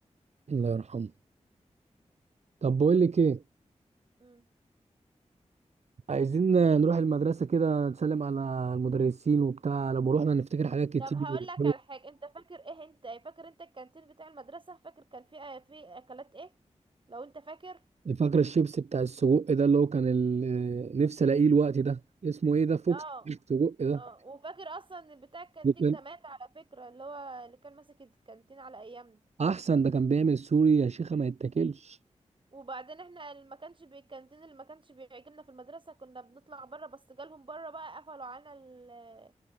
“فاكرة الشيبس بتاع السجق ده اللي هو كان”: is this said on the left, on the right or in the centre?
Right